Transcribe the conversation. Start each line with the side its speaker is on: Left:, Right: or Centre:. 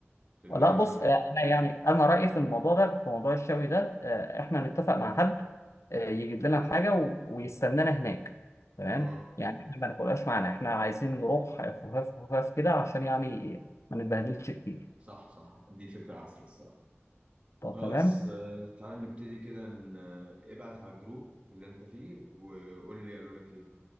Right: تبقى
Left: لا
Right: روشة
Left: بص
Right: كده
Left: آه، انا يعني انا رايي في الموضوع ده في موضوع الشوي ده آه، احنا نتفق مع حد آه، يجيب لنا الحاجه و- ويستنانا هناك تمام
Right: اه
Left: يعني احنا ما ناكلهاش معانا احنا عايزين نروح خفاف خفاف كده عشان يعني ما نتبهدلش كتير
Right: صح صح دي فكرة أحسن الصراحة
Left: طب
Right: خلاص
Left: تمام
Right: آه تعالى نبتدي كده ن- آه، ابعت على الجروب اللي أنت فيه وقول لي قالوا لك إيه